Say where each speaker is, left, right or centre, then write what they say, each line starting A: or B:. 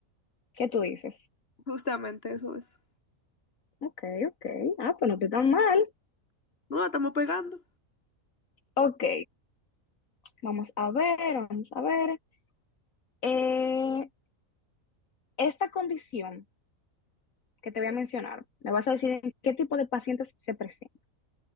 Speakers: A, on the left (about 75°); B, on the left (about 45°).
A: ¿Qué tú dices?
B: Justamente eso es.
A: Ok, ok. Ah, pues no estoy tan mal.
B: No la estamos pegando.
A: Ok, vamos a ver, vamos a ver. Eh, esta condición que te voy a mencionar, me vas a decir en qué tipo de pacientes se presenta.